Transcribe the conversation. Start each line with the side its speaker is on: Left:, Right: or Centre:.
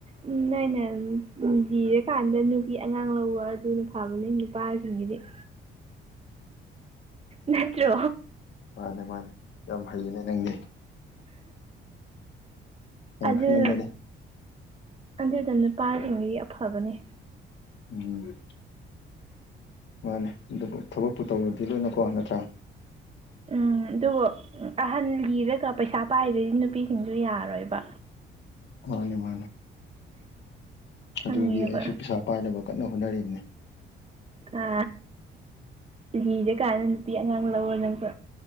Right: ꯎꯝ ꯅꯪꯩꯅ ꯖꯤꯔꯀꯥꯟꯗ ꯅꯨꯄꯤ ꯑꯉꯥꯡ ꯂꯧꯕ ꯑꯗꯨꯅ ꯐꯕꯅꯦ ꯅꯨꯄꯥꯁꯤꯡꯒꯤꯗꯤ ꯎ ꯅꯠꯇ꯭ꯔꯣ
Left: ꯃꯥꯅꯦ ꯃꯥꯅꯦ ꯌꯥꯝ ꯍꯩꯌꯦꯅꯦ ꯅꯪꯗꯤ ꯌꯥꯝ
Right: ꯑꯗꯨꯅ
Left: ꯈꯪꯉꯝꯃꯦꯅꯦ
Right: ꯑꯗꯨꯗ ꯅꯨꯄꯥꯁꯤꯡꯗꯤ ꯑꯐꯕꯅꯤ
Left: ꯎꯝ ꯃꯥꯅꯦ ꯑꯗꯨꯕꯨ ꯊꯕꯛꯄꯨꯨ ꯇꯧꯔꯗꯤ ꯂꯣꯏꯅꯀꯣ ꯅꯠꯇ꯭ꯔꯥ
Right: ꯎꯝ ꯑꯗꯨꯕꯨ ꯑꯍꯟ ꯂꯤꯔꯒ ꯄꯩꯁꯥ ꯄꯥꯏꯗꯗꯤ ꯅꯨꯄꯤꯁꯤꯡꯁꯨ ꯌꯥꯔꯣꯏꯕ
Left: ꯃꯥꯅꯤ ꯃꯥꯅꯤ
Right: ꯈꯪꯉꯦꯕ
Left: ꯑꯗꯨꯒꯤ ꯑꯩꯁꯨ ꯄꯩꯁꯥ ꯄꯥꯏꯅꯕ ꯀꯟꯅ ꯍꯣꯠꯅꯔꯤꯅꯤ
Right: ꯑ ꯂꯤꯔ ꯀꯥꯟꯗ ꯅꯨꯄꯤ ꯑꯉꯥꯡ ꯂꯧꯔꯣ ꯅꯪꯁꯨ